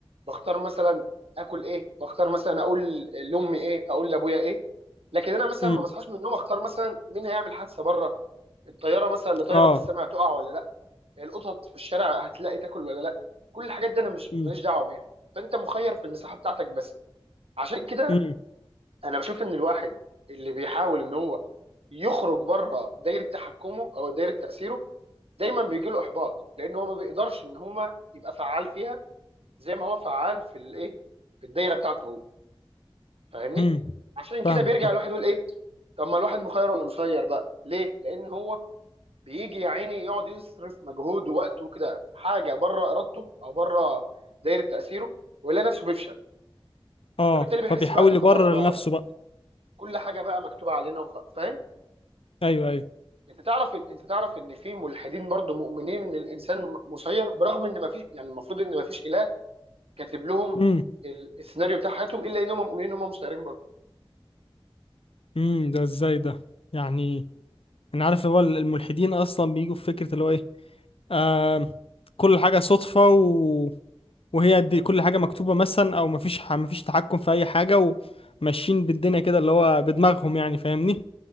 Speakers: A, on the right (about 80°); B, on the left (about 75°).
A: بختار مثلا اكل ايه بختار مثلا اقول لامي ايه اقول لابويا ايه لكن انا مثلا
B: امم
A: ما بصحاش من النوم اختار مثلا مين هيعمل حادثه بره الطياره مثلا اللي طايره
B: اه
A: في السماء تقع ولا لا القطط في الشارع هتلاقي تاكل ولا لا كل الحاجات دي انا مش
B: امم
A: ماليش دعوه بيها فانت مخير في المساحه بتاعتك بس عشان كده
B: امم
A: انا بشوف ان الواحد اللي بيحاول ان هو يخرج بره دايره تحكمه او دايره تاثيره دايما بيجي له احباط لان هو ما بيقدرش ان هو يبقى فعال فيها زي ما هو فعال في الايه في الدايره بتاعته هو فاهمني
B: امم
A: عشان
B: فاهمك
A: كده بيرجع
B: فاهم.
A: الواحد يقول ايه طب ما الواحد مخير ولا مسير بقى ليه لان هو بيجي يا عيني يقعد يصرف مجهود ووقته كده في حاجه بره ارادته او بره دايره تاثيره ويلاقي نفسه بيفشل
B: اه
A: فبالتالي بيحس
B: فبيحاول
A: بقى ان خلاص
B: يبرر
A: بقى
B: لنفسه بقى
A: كل حاجه بقى مكتوبه علينا وخ... فاهم
B: ايوه ايوه
A: انت تعرف إن... انت تعرف ان في ملحدين برضو مؤمنين ان الانسان مسير برغم ان ما فيش يعني المفروض ان ما فيش اله كاتب لهم
B: امم
A: ال- السيناريو بتاع حياتهم الا انهم مؤمنين ان هم مسيرين برضه
B: امم ده ازاي ده يعني انا عارف اللي هو الملحدين اصلا بيجوا في فكره اللي هو ايه آه كل حاجة صدفة و... وهي دي كل حاجة مكتوبة مثلا أو مفيش ح... مفيش تحكم في أي حاجة وماشيين بالدنيا كده اللي هو بدماغهم يعني فاهمني؟